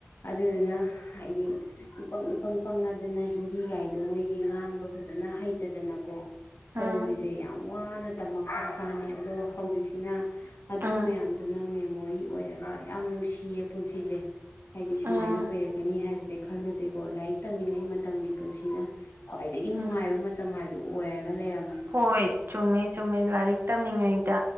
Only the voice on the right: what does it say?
ꯎꯝ
ꯎꯝ ꯎꯝ
ꯎꯝ
ꯎꯝ
ꯍꯣꯏ ꯆꯨꯝꯃꯦ ꯆꯨꯝꯃꯦ ꯂꯥꯏꯔꯤꯛ ꯇꯝꯃꯤꯉꯩꯗ